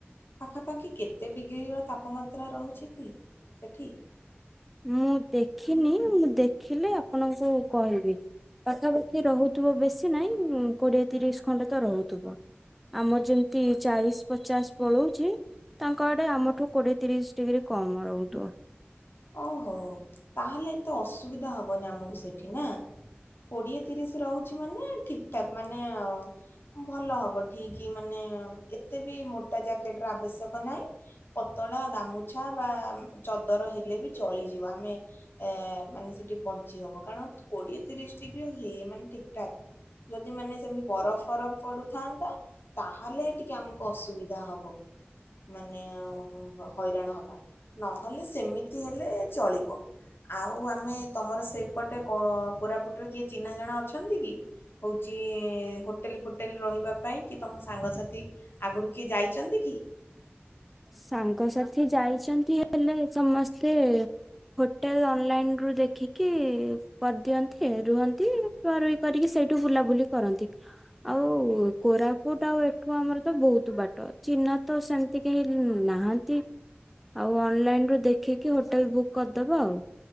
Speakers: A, on the left; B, in the centre.
A: ପାଖାପାଖି କେତେ ଡିଗ୍ରୀର ତାପମାତ୍ରା ରହୁଛି କି ସେଠି?
B: ମୁଁ ଦେଖିନି ମୁଁ ଦେଖିଲେ ଆପଣଙ୍କୁ କହିବି ପାଖାପାଖି ରହୁଥିବ ବେଶୀ ନହିଁ କୋଡିଏ ତିରିଶ ଖଣ୍ଡେ ତ ରହୁଥିବ ଆମର ଯେମିତି ଚାଳିଶ ପଚାଶ ପଳଉଛି ତାଙ୍କ ଆଡେ ଆମଠୁ କୋଡିଏ ତିରିଶ ଡିଗ୍ରୀ କମ ରହୁଥିବ।
A: ଓହୋ ତାହେଲେ ଏତେ ଅସ୍ ସୁବିଧା ହବନି ଆମକୁ ସେଠି ନା। କୋଡିଏ ତିରିଶ ରହୁଛି ମାନେ ଠିକ ଠାକ ମାନେ ଉଁ ଭଲ ହବ ଠିକ ମାନେ ଏତେ ବି ମୋଟା ଜ୍ୟାକେଟ ର ଆବଶ୍ୟକ ନାହିଁ ପତଳା ଗାମୁଛା ବା ଚଦର ହେଲ୍ ବି ଚାଲିଯିବ ଆମେ ଏଁ ମାନେ ସେଠି ବଞ୍ଚି ହବ କାରଣ କୋଡିଏ ତିରିଶ ଡିଗ୍ରୀ ହେଇ ମାନେ ଠିକଠାକ୍ ଯଦି ମାନେ ସେମିତି ବରଫ ଫରଫ ପଡୁଥାନ୍ତା ତାହଲେ ଟିକେ ଆମକୁ ଅସୁବିଧା ହବ ମାନେ
B: <inaudible>
A: ହଇରାଣ ହବା। ନହେଲେ ସେମିତ୍ ଏଁ ଚଳିବ ଆଉ ଆମେ ମେ ତମର ସେଇପଟେ କ ପୁରା ପଟରେ କିଏ ଚିହ୍ନା ଜଣା ଅଛନ୍ତି କି? ହଉଛି ହୋଟେଲ ଫୋଟେଲ ରହିବା ପାଇଁ କି ତମ ସାଙ୍ଗସାଥି ଆଗରୁ କିଏ ଯାଇଛନ୍ତି କି?
B: ସାଙ୍ଗସାଥି ଯାଇଛନ୍ତି ହେଲେ ସମସ୍ତେ ହୋଟେଲ ଅନଲାଇନ ରୁ ଦେଖିକି କରିଦିଅନ୍ତି ରୁହନ୍ତି ରୁହା ରୁହି କରିକି ସେଇଠୁ ବୁଲାବୁଲି କରନ୍ତି ଆଉ କୋରାପୁଟ ଆଉ ଏଠୁ ଆମର ତ ବହୁତ ବାଟ ଚିହ୍ନା ତ ସେମିତି କେହି ନାହାନ୍ତି ଆଉ ଅନଲାଇନ ରୁ ଦେଖିକି ହୋଟେଲ ବୁକ୍ କରିଦବା ଆଉ